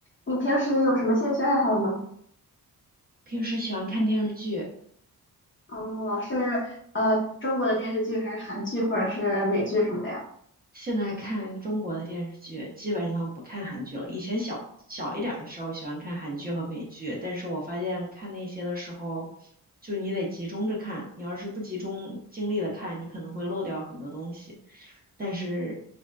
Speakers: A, on the left; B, on the right.
A: 你平时有什么兴趣爱好吗？
B: 平时喜欢看电视剧，
A: 哦，是呃中国的电视剧还是韩剧或者是美剧什么的呀？
B: 现在看中国的电视剧，基本上不看韩剧了。以前小小一点儿的时候喜欢看韩剧和美剧，但是我发现看那些的时候，就你得集中着看，你要是不集中精力的看，你可能会漏掉很多东西。但是